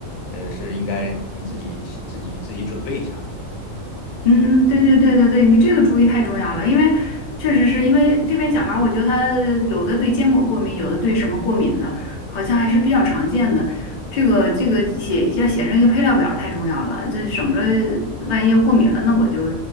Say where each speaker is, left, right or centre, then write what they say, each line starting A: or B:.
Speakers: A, on the left; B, on the left.
A: 嗯，是应该你自己自己自己准备一下。
B: 嗯嗯，对对对对对，你这个主意太重要了，因为确实是因为这边小孩儿，我觉得他有的对坚果过敏，有的对什么过敏的，好像还是比较常见的。这个这个写要写上一个配料表儿太重要了，这省着万一要过敏了，那我就